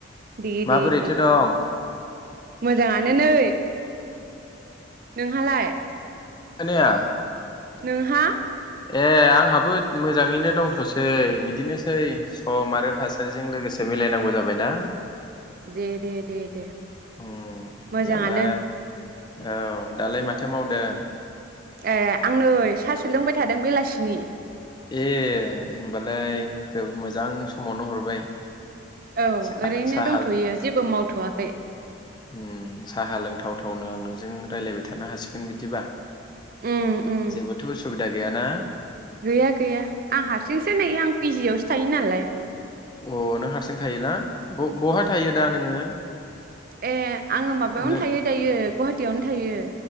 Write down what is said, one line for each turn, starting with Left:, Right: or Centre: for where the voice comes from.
Right: दे
Left: माबोरैथो
Right: दे दे
Left: दं?
Right: मोजाङानो नै। नोंहालाय?
Left: खोनाया।
Right: नोंहा?
Left: ए आंहाबो मोजाङैनो दंथ'सै बिदिनोसै सम आरो थासारिजों लोगोसे मिलायनांगौ जाबायना।
Right: दे दे दे दे
Left: उम
Right: मोजाङानो।
Left: दालाय औ दालाय माथो मावदों?
Right: ए आं नै सासो लोंबाय थादों बेलासिनि।
Left: ए होमबालाय ग्रोब मोजां समावनो हरबाय।
Right: औ
Left: सा-साहा
Right: ओरैनो दंथ'यो जेबो मावथ'वाखै।
Left: उम साहा लोंथावथावनो आं नोंजों रायलायबाय थानो हासिगोन बिदिबा।
Right: उम उम
Left: जेबोथ' उसुबिदा गैयााना?
Right: गैया गैया आं हारसिंसो नै आं पि जिआव थायोनालाय।
Left: अ नों हारसिं थायोना ब-बहा थायो दा नोङो?
Right: ए। आङो माबायावनो
Left: नो
Right: थायो दायो गुवाहाटियावनो थायो।